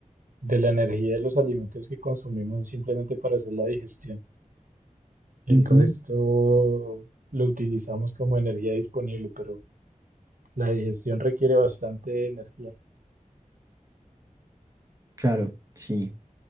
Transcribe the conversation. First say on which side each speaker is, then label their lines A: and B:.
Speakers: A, on the right; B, on the right.
A: de la energía de los alimentos que consumimos es simplemente para hacer la digestión.
B: <laughs>
A: El
B: Ujú.
A: resto lo utilizamos como energía disponible, pero la digestión requiere bastante energía.
B: Claro, sí.